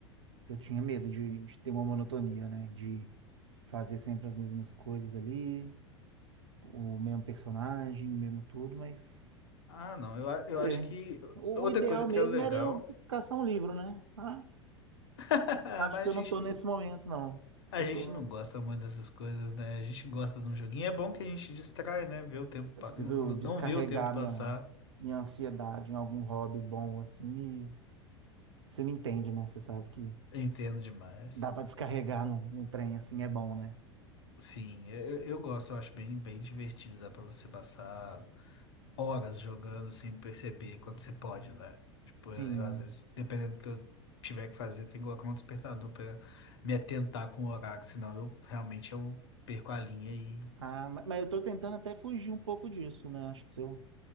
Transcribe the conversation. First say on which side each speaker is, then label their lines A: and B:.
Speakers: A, on the right; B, on the left.
A: eu tinha medo de, de ter uma monotonia, né? De fazer sempre as mesmas coisas ali, o mesmo personagem, o mesmo tudo, mas
B: Ah, não, eu, a-
A: vamos
B: eu acho
A: ver.
B: que
A: O,
B: outra
A: ideal
B: coisa
A: mesmo
B: que é legal,
A: era eu caçar um livro, né? Mas
B: <laughs>
A: acho
B: mas
A: que
B: a
A: eu
B: gente,
A: não tô nesse momento, não.
B: a
A: Eu
B: gente
A: tô,
B: não gosta muito dessas coisas, né? A gente gosta de um joguinho. É bom que a gente distrai, né? Ver o tempo,
A: eu
B: pa-
A: preciso
B: não, não
A: descarregar
B: ver o tempo passar.
A: minha, minha ansiedade em algum hobby bom, assim, e você me entende, né? Você sabe que
B: Entendo demais.
A: dá pra descarregar num, num trem assim é bom, né?
B: Sim, eu, eu gosto, eu acho bem, bem divertido. Dá pra você passar. horas jogando sem perceber quando você pode, né? Tipo, eu,
A: Sim.
B: eu, às vezes, dependendo do que eu tiver que fazer, eu tenho que colocar um despertador pra me atentar com o horário, senão eu realmente eu perco a linha e.
A: Ah, ma- mas eu tô tentando até fugir um pouco disso, né? Acho que se eu.